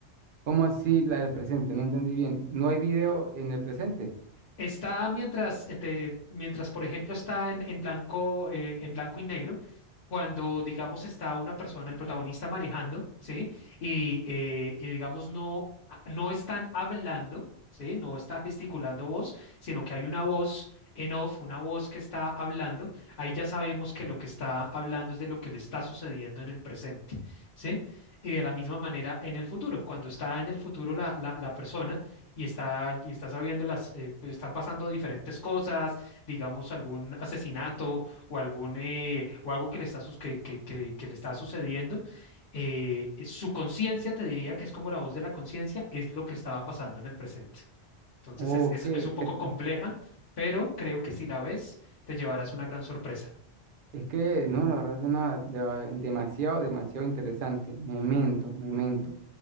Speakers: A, on the right; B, on the left.
A: ¿Cómo así la del presente? No entendí bien. ¿No hay video en el presente?
B: Está mientras, eh, te- mientras por ejemplo, está en, en blanco, eh, en blanco y negro, cuando, digamos, está una persona, el protagonista manejando, ¿sí? Y, eh, y, digamos, no, a- no están hablando, ¿sí? No está gesticulando voz, sino que hay una voz en off, una voz que está hablando. Ahí ya sabemos que lo que está hablando es de lo que le está sucediendo en el presente, ¿sí? Y de la misma manera en el futuro, cuando está en el futuro la la- la persona y está, y está sabiendo las, eh, están pasando diferentes cosas, digamos algún asesinato o algún, eh, o algo que le está, sus- que, que, que, que le está sucediendo, eh, eh, su conciencia te diría que es como la voz de la conciencia, es lo que estaba pasando en el presente. Entonces
A: Ok,
B: es, es, es un poco
A: cre-
B: compleja, pero creo que si la ves, te llevarás una gran sorpresa.
A: es que no, la verdad suena de- demasiado, demasiado interesante. Memento, memento.